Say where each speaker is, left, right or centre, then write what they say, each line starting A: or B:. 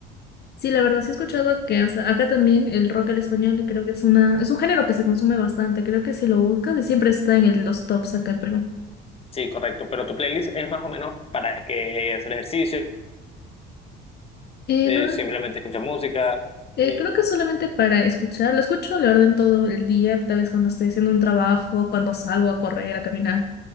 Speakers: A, on the left (about 50°); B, on the left (about 30°).
A: Sí, la verdad sí he escuchado que o sea, acá también el rock al español creo que es una, es un género que se consume bastante. Creo que si lo buscas siempre está en el- los tops acá en Perú.
B: Sí, correcto, pero tu playlist es más o menos para que hacer ejercicio,
A: Eh,
B: eh,
A: no.
B: simplemente escuchar música.
A: Eh,
B: eh,
A: creo que solamente para escuchar, lo escucho la orden todo el día, tal vez cuando estoy haciendo un trabajo, cuando salgo a correr, a caminar.